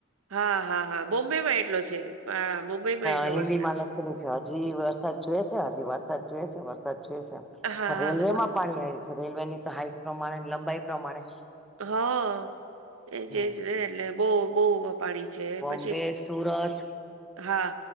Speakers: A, on the right (about 80°); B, in the centre.
A: હા, હા, હા. બોમ્બેમાં એટલો છે. હા, મુંબઈમાં એટલો
B: એ હિન્દી
A: વરસાદ
B: માં લખેલું છે હજી વરસાદ જોએ છે હજી વરસાદ જોએ છે વરસાદ જોએ છે
A: હા,
B: પણ રેલવેમાં
A: હા,
B: પાણી આવ્યું છે રેલવે ની તો હાઈટ પ્રમાણે લંબાઈ પ્રમાણે
A: હા એ
B: હમ
A: જેજ ને એટલે બહુ બહુ પાણી છે
B: બોમ્બે
A: પછી
B: સુરત
A: હા